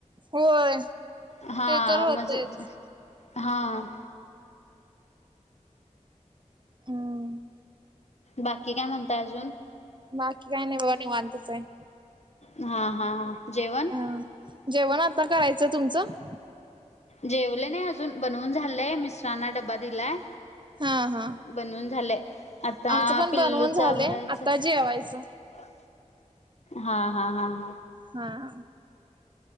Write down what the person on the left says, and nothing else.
हा
म्हजे हां,
बाकी काय म्हणताय अजून?
हा, हा, हा जेवण?
जेवले नाही अजून,, बनवून झालेय, मिस्टरांना डब्बा दिलाय.
बनवून झालंय,, आता
पिल्लूच
आवरायच.
हा,
हा, हा हा